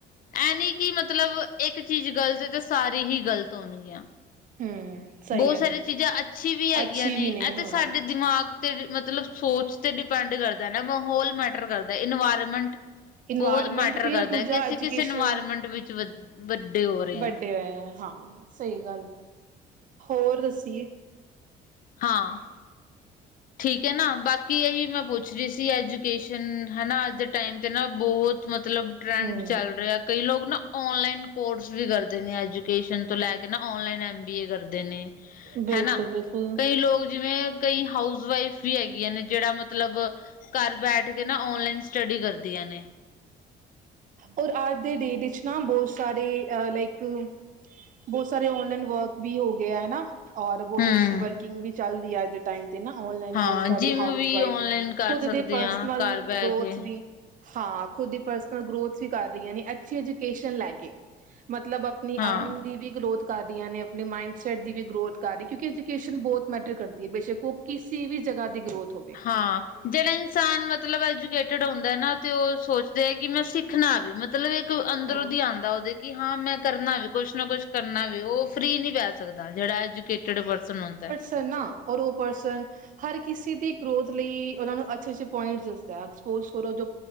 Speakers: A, on the left (about 55°); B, on the right (about 50°).
A: ਇਹ ਨੀ ਕਿ ਮਤਲਬ ਇੱਕ ਚੀਜ਼ ਗ਼ਲਤ ਤੇ ਸਾਰੀ ਹੀ ਗ਼ਲਤ ਹੋਣਗੀਆਂ
B: ਹਮ। ਸਹੀ
A: ਬਹੁਤ
B: ਗੱਲ
A: ਸਾਰੀ
B: ਹੈ,
A: ਚੀਜ਼ਾਂ ਅੱਛੀ ਵੀ ਹੈਗੀਆਂ
B: ਅੱਛੀ
A: ਨੇ
B: ਵੀ
A: ਇਹ
B: ਹਾਂ
A: ਤੇ ਸਾਡੇ ਦਿਮਾਗ ਤੇ ਮਤਲਬ ਸੋਚ ਤੇ ਡਿਪੈਂਡ ਕਰਦਾ ਨਾ ਮਾਹੌਲ ਮੈਟਰ ਕਰਦਾ ਇਨਵਾਇਰਮੈਂਟ।
B: ਇਨਵਾਇਰਮੈਂਟ
A: ਬਹੁੱਤ ਮੈਟਰ
B: ਵੀ
A: ਕਰਦਾ
B: ਔਰ ਦੂਜਾ
A: ਹੈ ਕਿ ਅਸੀਂ
B: ਐਜੂਕੇਸ਼ਨ
A: ਕਿਸੇ ਇਨਵਾਇਰਮੈਂਟ ਵਿੱਚ ਵੱਡੇ ਹੋ ਰਹੇ
B: ਵੱਡੇ
A: ਹਾਂ।
B: ਹੋਏ ਹੈ ਹਾਂ ਸਹੀ ਗੱਲ ਹੋਰ ਦੱਸੀਏ
A: ਹਾਂ। ਠੀਕ ਹੈ ਨਾ ਬਾਕੀ ਇਹੀ ਮੈਂ ਪੁੱਛ ਰਹੀ ਸੀ ਐਜੂਕੇਸ਼ਨ ਹਨਾ ਅੱਜ ਦੇ ਟਾਈਮ 'ਤੇ ਨਾ ਬਹੁੱਤ ਮਤਲੱਬ ਟਰੈਂਡ
B: ਹਮ
A: ਚੱਲ ਰਿਹਾ। ਕਈ ਲੋਕ ਨਾ ਔਨਲਾਈਨ ਕੋਰਸ ਵੀ ਕਰਦੇ ਨੇ ਐਜੂਕੇਸ਼ਨ ਤੋਂ ਲੈ ਕੇ ਨਾ ਔਨਲਾਈਨ ਐੱਮ ਬੀ ਏ ਕਰਦੇ ਨੇ।
B: ਬਿਲਕੁਲ
A: ਹਨਾ
B: ਬਿਲਕੁਲ
A: ਕਈ ਲੋਕ ਜਿਵੇਂ ਕਈ ਹਾਊਸ ਵਾਈਫ ਵੀ ਹੈਗੀਆਂ ਨੇ ਜਿਹੜਾ ਮਤਲੱਬ ਘਰ ਬੈਠ ਕੇ ਨਾ ਓਨਲਾਈਨ ਸਟੱਡੀ ਕਰਦੀਆਂ ਨੇ।
B: ਔਰ ਅੱਜ ਦੀ ਡੇਟ ਵਿੱਚ ਨਾ ਬਹੁਤ ਸਾਰੇ ਅ ਲਾਈਕ ਬਹੁੱਤ ਸਾਰੇ ਓਨਲਾਈਨ ਵਰਕ ਵੀ ਹੋ ਗਏ ਹਨਾ ਔਰ ਬਹੁਤ
A: ਹੂੰ
B: ਅੱਛੀ ਵਰਕਿੰਗ ਵੀ ਚੱਲਦੀ ਆ ਅੱਜ ਦੇ ਟਾਈਮ ਤੇ ਨਾ ਔਨਲਾਈਨ
A: ਹਾਂ
B: ਬਹੁੱਤ
A: ਜਿੰਮ
B: ਹਾਊਸ
A: ਵੀ
B: ਵਾਈਫ
A: ਔਨਲਾਈਨ ਕਰ
B: ਖੁੱਦ
A: ਸਕਦੇ
B: ਦੇ ਪਰਸਨਲ
A: ਹਾਂ ਘਰ ਬਹਿ
B: ਗਰੋਥ
A: ਕੇ
B: ਵੀ ਹਾਂ। ਖ਼ੁਦ ਦੀ ਪਰਸਨਲ ਗਰੋਥ ਵੀ ਕਰ ਰਹੀਆਂ ਨੇ ਅੱਛੀ ਐਜੂਕੇਸ਼ਨ ਲੈ ਕੇ ਮਤਲੱਬ ਆਪਣੀ
A: ਹਾਂ
B: ਅਰਨਿੰਗ ਦੀ ਵੀ ਗਰੋਥ ਕਰ ਰਹੀਆਂ ਨੇ ਆਪਣੀ ਮਾਈੰਡਸੈਟ ਦੀ ਵੀ ਗਰੋਥ ਕਰ ਰਹੀ ਕਿਉਂਕਿ ਐਜੂਕੇਸ਼ਨ ਬਹੁੱਤ ਮੈਟਰ ਕਰਦੀ ਹੈ ਬੇਸ਼ੱਕ ਉਹ ਕਿਸੇ ਵੀ ਜਗ੍ਹਾ ਦੀ ਗਰੋਥ ਹੋਵੇ।
A: ਹਾਂ। ਜਿਹੜਾ ਇਨਸਾਨ ਮਤਲੱਬ ਐਜੂਕੇਟਡ ਹੁੰਦਾ ਨਾ ਤੇ ਉਹ ਸੋਚ ਜੇ ਕਿ ਮੈਂ ਸਿੱਖਣਾ ਵੀ ਮਤਲੱਬ ਇੱਕ ਅੰਦਰੋਂ
B: ਹਾਂ
A: ਦੀ ਆਉਂਦਾ ਉਹਦੇ ਕਿ ਹਾਂ ਮੈਂ ਕਰਨਾ ਵੀ ਕੁੱਛ ਨਾ ਕੁੱਛ ਕਰਨਾ ਵੀ ਉਹ ਫ੍ਰੀ ਨਹੀਂ ਪੈ ਸਕਦਾ। ਜਿਹੜਾ ਐਜੂਕੇਟਡ ਪਰਸਨ ਹੁੰਦਾ।
B: ਪਰ ਨਾ ਔਰ ਉਹ ਪਰਸਨ ਹਰ ਕਿਸੇ ਦੀ ਗਰੋਥ ਲਈ ਓਨਾ ਨੂੰ ਅੱਛੇ ਅੱਛੇ ਪੁਆਇੰਟ ਦਸਦਾ ਐਕਸਪੋਜ ਕਰੋ ਜੋ